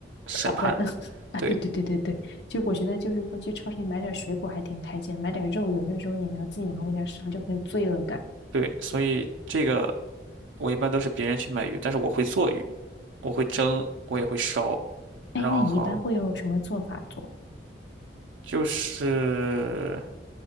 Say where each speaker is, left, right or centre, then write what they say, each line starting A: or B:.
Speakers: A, on the right (about 80°); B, on the left (about 65°).
A: 审判，
B: 拷笨 <laughs> 啊！
A: 对
B: 对对对对对，就我觉得就是说去超市里买点水果还挺开心，买点肉有些时候你还要自己拿回家杀，就很有罪恶感。
A: 对，所以这个我一般都是别人去买鱼，但是我会做鱼，我会蒸，我也会烧，然后
B: 哎，那你一般会用什么做法做？
A: 就是